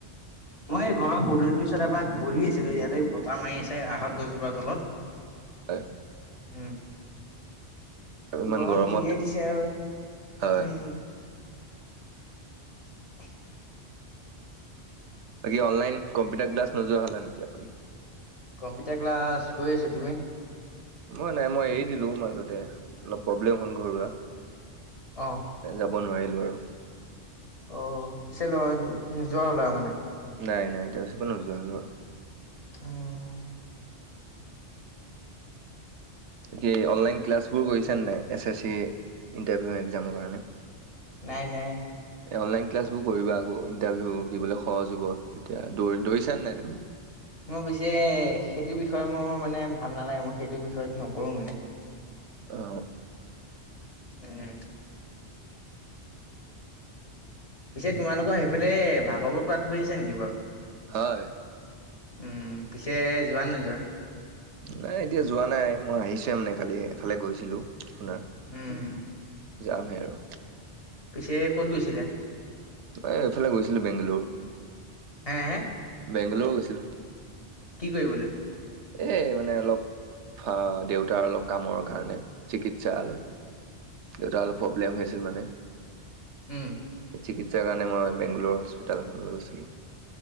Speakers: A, on the left; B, on the right.
A: মই এই ঘৰৰ পদূলিটোৰ ওচৰত এপাক বহি আছিলো, ইয়াতে বতাহ মাৰি আছে আহত গছজোপাৰ তলত।
B: হয়।
A: উম।
B: ইমান
A: গৰম
B: গৰমত
A: যিহে দিছে আৰু উম।
B: হয়
A: <unintelligible>
B: বাকী অনলাইন, কম্পিউাৰ ক্লাছ নোযোৱা হ'লা নেকি আপুনি?
A: কম্পিউটাৰ ক্লাছ গৈ আছে তুমি?
B: মই নাই মই এৰি দিলো মাজতে অলপ প্ৰব্লেম হ'ল ঘৰুৱা।
A: অ।
B: যাব নোৱাৰিলো আৰু।
A: অ পিছে ল নোযোৱা হলা মানে।
B: নাই নাই তাৰপিছৰ পা নোযোৱা হলোঁ আৰু
A: উম।
B: কি অনলাইন ক্লাছবোৰ কৰিছেনে নাই, এছ এছ চি ইণ্টাৰভিউ এক্জামৰ কাৰণে?
A: নাই নাই।
B: অনলাইন ক্লাছবোৰ কৰিবা আকৌ ইণ্টাৰভিউ দিবলৈ সহজ হব তেতিয়া, দৌৰি দৌৰিছানে নাই তুমি?
A: মই পিছে সেইটো বিষয়ে মোৰ মানে ভাল নালাগে মই সেইটো বিষয়ত নকৰো মানে।
B: অ।
A: উম। পিছে তোমালোকৰ সেইফালে, ভাগৱত পাঠ হৈ আছে নেকি বাৰু?
B: হয়
A: উম পিছে যোৱা নে নোযোৱা?
B: নাই এতিয়া যোৱা নাই, মই আহিছোৱে মানে কালি এফালে গৈছিলো আপোনাৰ।
A: উম
B: যামহে আৰু।
A: পিছে ক'ত গৈছিলা?
B: এ, এইফালে গৈছিলোঁ বেংগালোৰ।
A: হে, হে?
B: বেংগালোৰো গৈছিলোঁ।
A: কি কৰিবলে?
B: এ, মানে অলপ হ, দেউতাৰ অলপ কামৰ কাৰণে চিকিৎসালয়। দেউতা অলপ প্ৰব্লেম হৈ আছিল মানে।
A: উম।
B: চিকিৎসাৰ কাৰণে মই বেংগলোৰোৰ হস্পিটেল এখনলৈ গৈছিলোঁ।